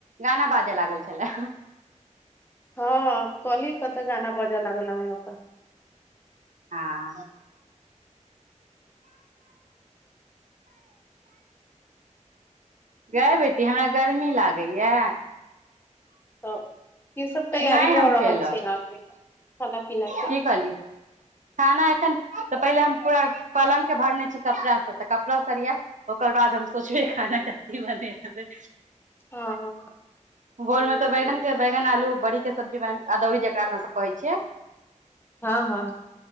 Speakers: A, on the right (about 70°); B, on the left (about 15°).
A: गाना बाजय लागल छलए।
B: हां हम कहलीए कतऽ गाना बाजा लागल अहा ओता।
A: हां। गे बेटी हमरा गर्मी लागै यै।
B: तऽ की सब तैयारी
A: नहि
B: भऽ
A: हम खेलक
B: रहल छै यहाँ पे। खाना -पीना के।
A: की कहली खाना एखन तऽ पहिले हम पूरा पलंग के भरने छी कपड़ा से तऽ कपड़ा सरियाब ओकर बाद हम सोचबै खाना कथी बनेबै।
B: हां हां।
A: भोर मे तऽ बैगन के बैगन आलू बड़ी के सब्जी मे अदौरी जकरा अपना सब कहै छियै‌।
B: हां हां।